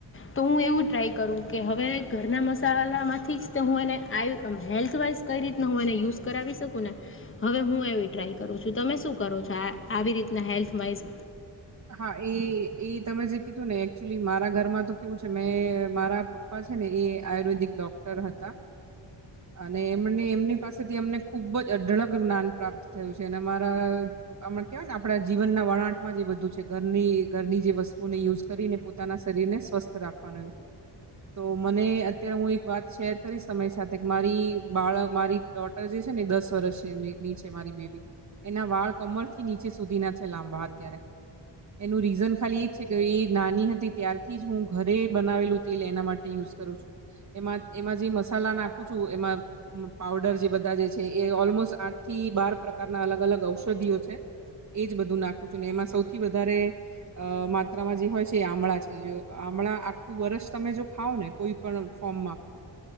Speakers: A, on the left (about 30°); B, on the right (about 40°).
A: તો હું એવું ટ્રાય કરું કે હવે ઘરના મસાલામાંથી જ હું એને આ હેલ્થવાઈઝ કઈ રીતના હું એને યુઝ કરાવી શકું ને હવે હું એવી ટ્રાય કરું છું તમે શું કરો છો આવી રીતના હેલ્થ વાઈઝ
B: હા એ તમે જે કીધું ને એકચુલી મારા ઘરમાં તો કેવું છે મેં મારા પપ્પા છે ને એ આયુર્વેદિક ડોક્ટર હતા અને એમને એમની પાસેથી અમને ખુબ જ અઢળક જ્ઞાન પ્રાપ્ત થયું છે અને અરાણા કેવાય ને આપડા જીવનના વળંટમાં જે બધું ઘરની ઘરની જે વસ્તુઓને યુઝ કરીને પોતાના શરીરને સ્વસ્થ રાખવાનું એવુ તો મને અત્યારે હું એક વાત શેર કરીશ સમરી સાથે કે મારી બાળક મારી ટોટલ જે છે ને દસ વર્ષ ની છે મારી બેબી એના વાળ કમર થી નીચે સુધી ના છે લાંબા અત્યારે એનું રીઝન ખાલી એજ છે કે એ નાની હતી ત્યારથી જ હું ઘરે બનાવેલું તેલ એના માટે યુઝ કરું છું એમાં એમાં જે મસાલા નાખું છું એમાં પાવડર જે બધા જે છે એ ઓલમોસ્ટ આઠ થી બાર પ્રકારના અલગ અલગ ઔષધિઓ છે એજ બધું નાખું છું ને એમાં સૌથી વધારે અ માત્રામાં જે હોય છે એ આમળા છે આમળા આખું વરષ તમે જો ખાવ ને કોઈ પણ ફોર્મમાં